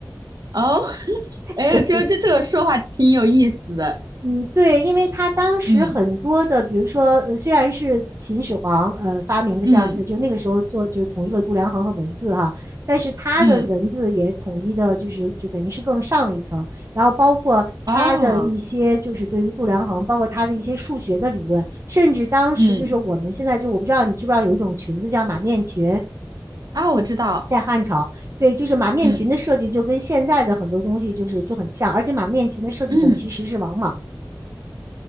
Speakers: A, on the right (about 60°); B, on the right (about 40°).
A: 哦，<laughs> 哎，
B: 对，
A: 这这这个说话挺有意思的。
B: 嗯，对，因为他当时很多的，
A: 嗯
B: 比如说，呃，虽然是秦始皇呃发明的像，
A: 嗯
B: 呃，就那个时候做就是统一了度量衡和文字哈，但是他的文字也统一的，
A: 嗯，
B: 就是就等于是更上了一层，然后包括他的一些就是对于度量衡，
A: 哦，
B: 包括他的一些数学的理论，甚至当时就是我们现在就我不知道你知不知道有一种裙子叫马面裙。
A: 嗯啊，我知道。
B: 在汉朝，对，就是马面裙的设计就跟现在的很多东西就是就很像，
A: 嗯
B: 而且马面裙的设计者其实是王莽，
A: 嗯，